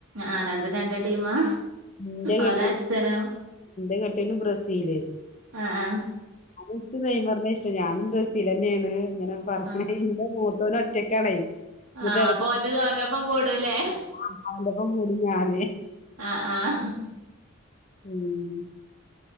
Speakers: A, on the right; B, on the left.
A: ആഹ് രണ്ടും രണ്ട് ടീമാ?
B: ഇന്റെ കെട്ടിയോൻ
A: ഓലെ അച്ഛനോ
B: ഇന്റെ കെട്ടിയോനും ബ്രസീല്
A: അ ആ
B: ഇച്ച് നെയ്മറിനെ ഞാനും ബ്രസീലന്നെണ് ഇങ്ങനെ പറഞ്ഞണ
A: ആഹ്
B: എന്റെ മൂത്തോന് ഒറ്റക്കാണേ. എന്നിട്ട്
A: ആഹ് അപ്പൊ ഒന്റെത് ഒൻ്റെപ്പം കൂടുല്ലേ?
B: ആ അവൻ്റൊപ്പം കൂടും ഞാന്
A: ആഹ് ആഹ്
B: ഉം